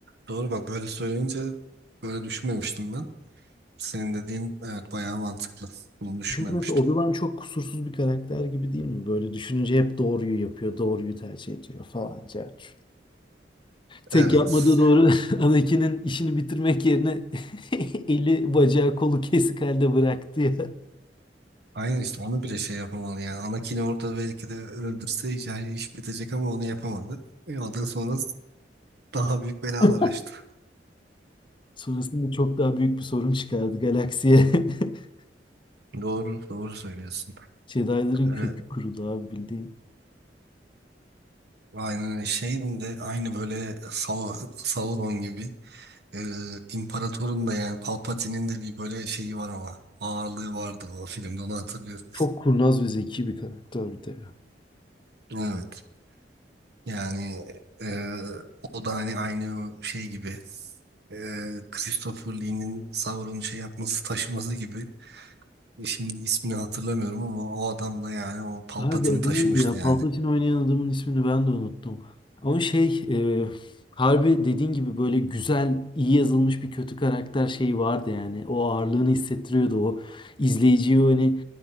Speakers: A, on the right; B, on the left.
A: Doğru bak böyle söyleyince böyle düşünmemiştim ben. Senin dediğin evet bayağı mantıklı. Bunu düşünmemiştim.
B: Çünkü mesela Obi-Wan çok kusursuz bir karakter gibi değil mi? Böyle düşününce hep doğruyu yapıyor, doğruyu tercih ediyor falan. cart Tek
A: Evet.
B: yapmadığı doğru <laughs> Anakin'in işini bitirmek yerine <laughs> eli bacağı kolu kesik halde bıraktı ya.
A: Aynen işte onu bile şey yapamadı yani. Anakin'i orada belki de öldürse hiç- yani iş bitecek ama onu yapamadı. E, o da sonra daha büyük belalar
B: <laughs>
A: açtı.
B: Sonrasında çok daha büyük bir sorun çıkardı galaksiye. <laughs>
A: Doğru, doğru söylüyorsun.
B: Jedi'ların
A: E,
B: kökü kurudu abi bildiğin.
A: aynen şeyin de aynı böyle Sau Sauron gibi e, imparatorun da yani Palpatine'in de bir böyle şeyi var ama ağırlığı vardı o filmde onu hatırlıyorum.
B: Çok kurnaz ve zeki bir karakter bir de ya.
A: Evet. Yani e, o da hani aynı şey gibi e, Christopher Lee'nin Sauron'u şey yapması, taşıması gibi Şimdi ismini hatırlamıyorum ama o adam da yani o Palpatine'i
B: Abi adı
A: taşımıştı
B: neydi ya?
A: yani.
B: Palpatine oynayan adamın ismini ben de unuttum. Ama şey e, harbi dediğin gibi böyle güzel, iyi yazılmış bir kötü karakter şeyi vardı yani. O ağırlığını hissettiriyordu. O izleyiciye hani